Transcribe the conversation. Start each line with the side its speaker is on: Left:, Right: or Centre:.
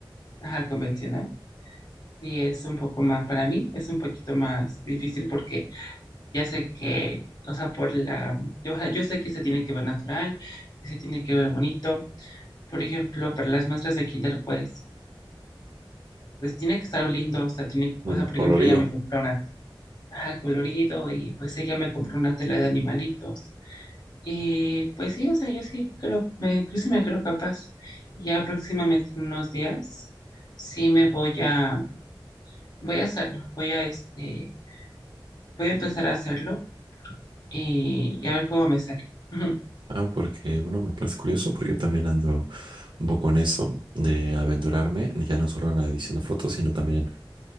Left: ajá, convencional, sí es un poco más, para mí es un poquito más difícil porque ya sé que, o sea, por la, yo, ajá, yo sé que se tiene que ver natural, que se tiene que ver bonito. Por ejemplo, para las muestras de kinder, pues, pues tiene que estar lindo, o sea, tiene,
Right: Mm,
Left: o sea, por
Right: Colorido.
Left: ejemplo, ella me compró una, ajá, colorido y pues ella me compró una tela de animalitos Y pues sí, o sea, yo sí creo, me, yo sí me creo capaz. Ya próximamente en unos días, sí me voy a, voy a hacerlo, voy a este, voy a empezar a hacerlo y, y a ver cómo me sale. <laughs>
Right: Ah, porque, bueno, me parece curioso porque yo también ando un poco en eso de aventurarme, ya no solo en la edición de fotos, sino también,